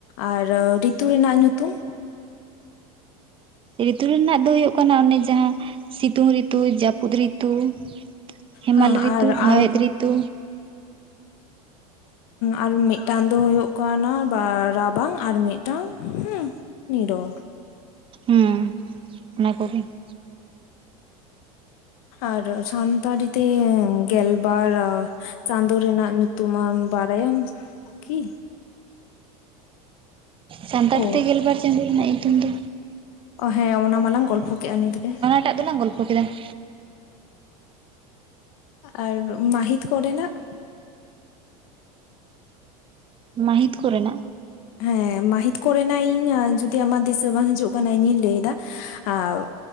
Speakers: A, on the left; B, on the right.
A: ᱟᱨ ᱨᱤᱛᱩ ᱨᱮᱱᱟᱜ ᱧᱩᱛᱩᱢ?
B: ᱨᱤᱛᱩ ᱨᱮᱱᱟᱜ ᱫᱚ ᱦᱩᱭᱩᱜ ᱠᱟᱱᱟ ᱚᱱᱮ ᱡᱟᱦᱟᱸ ᱥᱤᱛᱩᱝ ᱨᱤᱛᱩ, ᱡᱟᱹᱯᱩᱫ ᱨᱤᱛᱩ ᱼᱼ ᱦᱮᱢᱟᱞ
A: ᱦᱮᱸ
B: ᱨᱤᱛᱩ,
A: ᱟᱨ
B: ᱦᱟᱣᱮᱫ
A: ᱟᱨ
B: ᱨᱤᱛᱩ,
A: ᱟᱨ ᱢᱤᱫᱴᱟᱝ ᱫᱚ ᱦᱩᱭᱩᱜ ᱠᱟᱱᱟ ᱨᱟᱵᱟᱝ ᱟᱨ ᱢᱤᱫᱴᱟᱝ ᱦᱩᱸ ᱼᱼ ᱱᱤᱨᱚᱲ ᱾
B: ᱦᱩᱸ ᱚᱱᱟ ᱠᱚᱜᱮ ᱾
A: ᱟᱨ ᱥᱟᱱᱛᱟᱲᱤ ᱛᱮ ᱜᱮᱞᱵᱟᱨ ᱪᱟᱸᱫᱳ ᱨᱮᱱᱟᱜ ᱧᱩᱼᱼ ᱼᱛᱩᱢᱮᱢ ᱵᱟᱲᱟᱭᱟᱢ ᱠᱤ?
B: ᱥᱟᱱᱛᱟᱲᱤ
A: ᱚ
B: ᱛᱮ ᱜᱮᱞᱵᱟᱨ ᱪᱟᱸᱫᱳ ᱨᱮᱱᱟᱜ ᱧᱩᱛᱩᱢ ᱫᱚ
A: ᱚ ᱦᱮᱸ ᱚᱱᱟ ᱢᱟᱞᱟᱝ ᱜᱚᱞᱯᱷᱚ ᱠᱮᱫᱼᱟ ᱱᱤᱛ ᱜᱮ ᱾
B: ᱮᱴᱟᱜ ᱫᱚᱞᱟᱝ ᱜᱚᱞᱯᱚ ᱠᱮᱫᱟ ᱾
A: ᱟᱨ ᱢᱟᱦᱤᱛ ᱠᱚ ᱨᱮᱱᱟᱜ?
B: ᱢᱟᱹᱦᱤᱛ ᱠᱚ ᱨᱮᱱᱟᱜ ᱾
A: ᱦᱮᱸ ᱢᱟᱹᱦᱤᱛ ᱠᱚ ᱨᱮᱱᱟᱜ ᱤᱧ ᱡᱩᱫᱤ ᱟᱢᱟᱜ ᱫᱤᱥᱟᱹ ᱵᱟᱝ ᱦᱤᱡᱩᱜ ᱠᱟᱱᱟ ᱤᱧᱤᱧ ᱞᱟᱹᱭ ᱫᱟ ᱾ ᱟᱣ ᱾